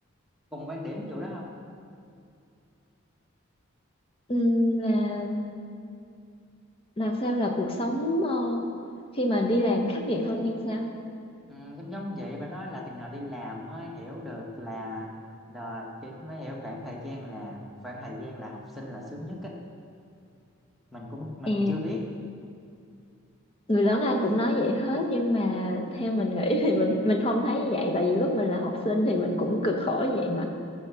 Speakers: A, in the centre; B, on the left (about 25°).
A: cùng quan điểm ví dụ đó không
B: Ừm, là là sao là cuộc sống ờ, khi mà đi làm khắc nghiệt hơn hay sao
A: ừ, giống giống vậy bà nói là từng nào đi làm mới hiểu được là đời thì mới hiểu khoảng thời gian là khoảng thời gian là học sinh là sướng nhất á mình cũng mình
B: à,
A: thì chưa biết
B: người lớn ai cũng nói vậy hết nhưng mà theo mình nghĩ thì mình mình không thấy như vậy tại vì lúc mình là học sinh thì mình cũng cực khổ như vậy mà